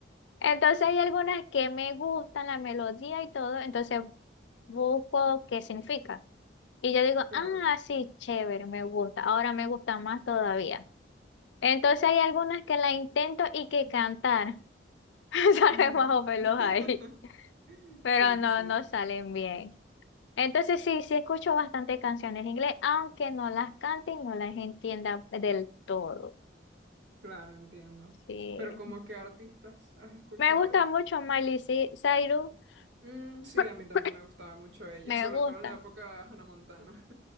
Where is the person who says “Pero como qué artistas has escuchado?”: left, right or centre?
Right